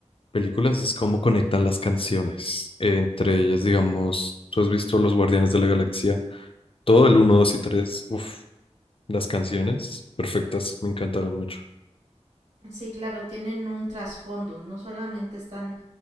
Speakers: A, on the left; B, on the right.
A: películas es cómo conectan las canciones. Eh, entre ellas, digamos, tú has visto Los Guardianes de la Galaxia, todo el uno 2 y 3 uff, las canciones perfectas, me encantaron mucho.
B: Sí, claro, tienen un trasfondo, no solamente están